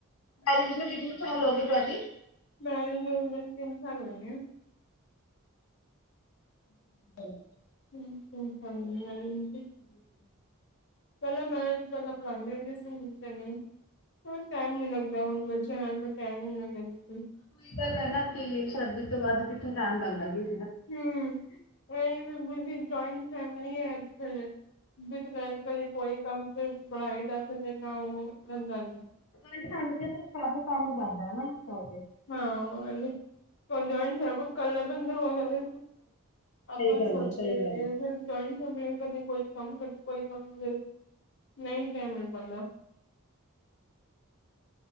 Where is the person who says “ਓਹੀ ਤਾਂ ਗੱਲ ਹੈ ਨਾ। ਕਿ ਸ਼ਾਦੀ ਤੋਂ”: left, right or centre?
Left